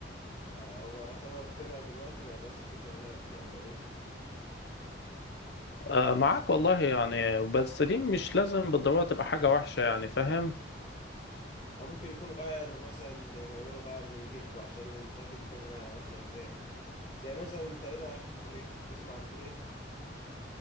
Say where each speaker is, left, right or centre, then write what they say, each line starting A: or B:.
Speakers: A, on the left; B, on the left.
A: فهو يعتبر طلع دلوقتي برا سكة الراب ولا ايه
B: آه، معاك والله يعني بس دي مش لازم بالضرورة تبقى حاجة وحشة يعني فاهم
A: او ممكن يكون غير مثلا زي ما يقولوا غير من جلده عشان ي- شاف الدنيا ماشية ازاي زي مثلا انت ايه رأيك في توليت تسمع عن توليت